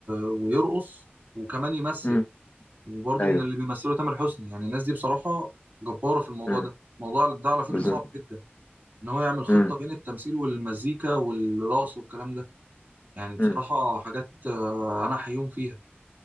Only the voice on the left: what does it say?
امم
ايوه
امم
بالظبط
امم
امم